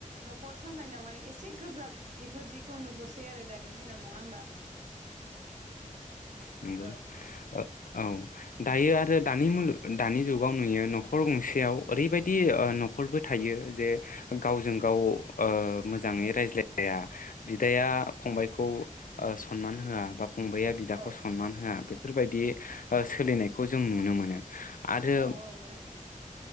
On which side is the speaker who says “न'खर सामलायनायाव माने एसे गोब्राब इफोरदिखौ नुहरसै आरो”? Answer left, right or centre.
Right